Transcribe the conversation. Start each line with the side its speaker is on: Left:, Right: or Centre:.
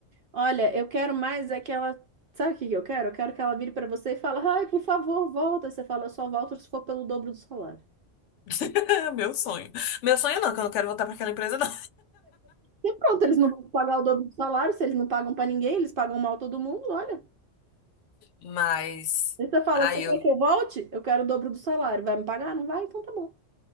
Right: Olha, eu quero mais é que ela. Sabe o que que eu quero? Eu quero que ela vire para você e fale, ai, por favor, volta. Você fala, eu só volto se for pelo dobro do salário.
Left: <laughs> Meu sonho. Meu sonho não, que eu não quero voltar pra aquela empresa, não.
Right: E pronto, eles não vão pagar o dobro do salário, se eles não pagam para ninguém, eles pagam mal todo mundo, olha.
Left: Mas
Right: Aí você fala,
Left: aí
Right: você
Left: eu
Right: quer que eu volte? Eu quero o dobro do salário. Vai me pagar? Não vai? Então tá bom.